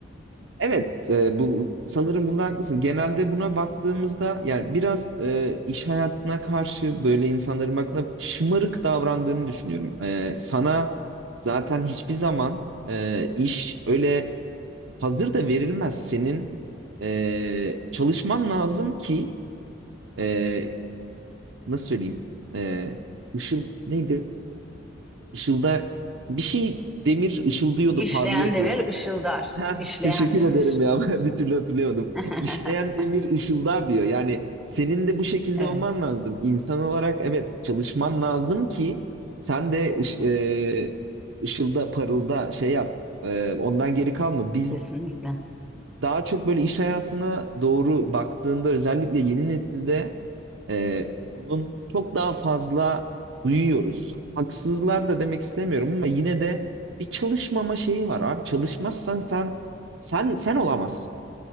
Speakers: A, on the right (about 70°); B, in the centre.
A: Evet, e, bu sanırım bunda haklısın. Genelde buna baktığımızda yani biraz e, iş hayatına karşı böyle insanların baktığında şımarık davrandığını düşünüyorum. E, sana zaten hiçbir zaman e, iş öyle hazır da verilmez. Senin e, çalışman lazım ki e, nasıl söyleyeyim? Ee, ışıl neydi? Işılda bir şey demir ışıldıyordu,
B: İşleyen
A: parlıyordu.
B: demir ışıldar.
A: Ha,
B: İşleyen
A: <laughs> teşekkür
B: demir.
A: ederim ya. <laughs> Ben bir türlü hatırlayamadım.
B: <laughs>
A: İşleyen demir ışıldar diyor. Yani senin de bu şekilde
B: Evet
A: olman lazım. İnsan olarak evet çalışman lazım ki sen de ış- e, ışılda, parılda şey yap. E, ondan geri kalma. Biz
B: kesinlikle.
A: daha çok böyle iş hayatına doğru baktığında özellikle yeni nesilde ee, bunun çok daha fazla duyuyoruz. Haksızlar da demek istemiyorum ama yine de bir çalışmama şeyi var abi. Çalışmazsan sen sen sen olamazsın.